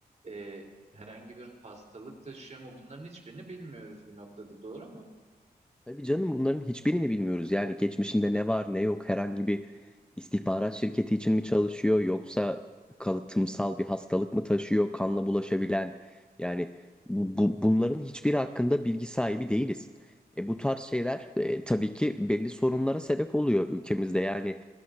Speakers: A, on the right; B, in the centre.
A: E, herhangi bir hastalık taşıyor mu? Bunların hiçbirini bilmiyoruz bir noktada, doğru mu?
B: Tabii canım bunların hiçbirini bilmiyoruz. Yani geçmişinde ne var ne yok herhangi bir istihbarat şirketi için mi çalışıyor yoksa kalıtımsal bir hastalık mı taşıyor kanla bulaşabilen yani bu, bu- bunların hiçbiri hakkında bilgi sahibi değiliz. E, bu tarz şeyler e, tabii ki belli sorunlara sebep oluyor ülkemizde yani